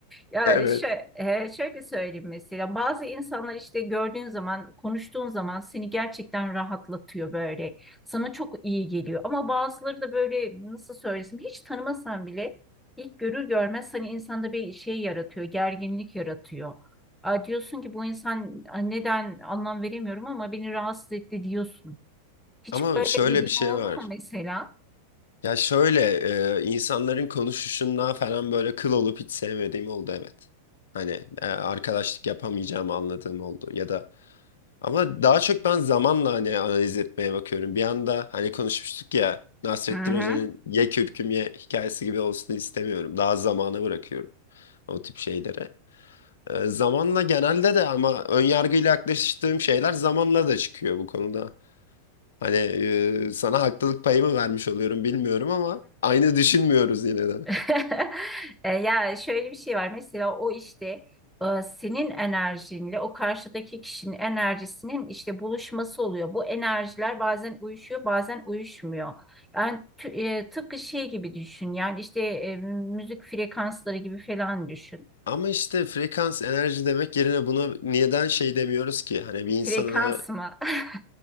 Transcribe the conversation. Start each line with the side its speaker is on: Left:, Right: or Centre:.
Centre: Ya
Left: Evet.
Centre: şöyle, şöyle söyleyeyim mesela bazı insanlar işte gördüğün zaman konuştuğun zaman seni gerçekten rahatlatıyor böyle. Sana çok iyi geliyor ama bazıları da böyle nasıl söylesem hiç tanımasan bile ilk görür görmez hani insanda bir şey yaratıyor, gerginlik yaratıyor. Aa, diyorsun ki bu insan "Aa, neden anlam veremiyorum ama beni rahatsız etti diyorsun. Hiç
Left: Ama
Centre: böyle
Left: şöyle
Centre: dediğin
Left: bir şey
Centre: oldu
Left: var.
Centre: mu mesela?
Left: Ya şöyle e, insanların konuşuşundan falan böyle kıl olup hiç sevmediğim oldu evet. Hani e, arkadaşlık yapamayacağımı anladığım oldu. Ya da Ama daha çok ben zamanla hani analiz etmeye bakıyorum. Bir anda hani konuşmuştuk ya Nasrettin
Centre: Hı hı.
Left: Hoca'nın ye kürküm ye hikayesi gibi olsun istemiyorum. Daha zamana bırakıyorum o tip şeylere. Ee, zamanla genelde de ama ön yargıyla yaklaştığım şeyler zamanla da çıkıyor bu konuda. Hani e, sana haklılık payımı vermiş oluyorum bilmiyorum ama aynı düşünmüyoruz yine de.
Centre: <laughs> E, Yani şöyle bir şey var. Mesela o işte e, senin enerjinle o karşıdaki kişinin enerjisinin işte buluşması oluyor. Bu enerjiler bazen uyuşuyor, bazen uyuşmuyor. Yani tü- e, tıpkı şey gibi düşün. Yani işte e, müzik frekansları gibi falan düşün.
Left: Ama işte frekans enerji demek yerine buna neden şey demiyoruz ki? Hani bir insana
Centre: Frekans mı? <laughs>